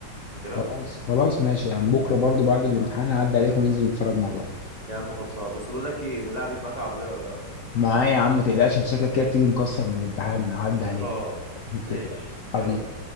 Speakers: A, on the right (about 30°); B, on the left (about 65°).
A: فاكرها
B: خلاص خلاص ماشي يا عم بكره برضو بعد الامتحان
A: آه.
B: هعدي عليك وننزل نتفرج مع بعض
A: يا عم خلصان بس بقول لك ايه بالله عليك معاك عربيه ولا لا
B: معايا يا عم ما تقلقش انت شكلك كده بتيجي مكسر من الامتحان هعدي عليك
A: اه
B: ما تقلقش
A: ماشي يلا
B: حبيبي